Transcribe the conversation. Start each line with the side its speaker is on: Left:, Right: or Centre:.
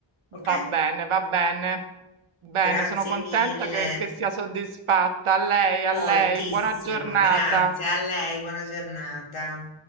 Left: ok?
Right: Va bene, va bene.
Left: Grazie
Right: Bene, sono contenta
Left: mille,
Right: che, che sia soddisfatta. A lei, a
Left: moltissimo,
Right: lei, buona giornata.
Left: grazie a lei, buona giornata.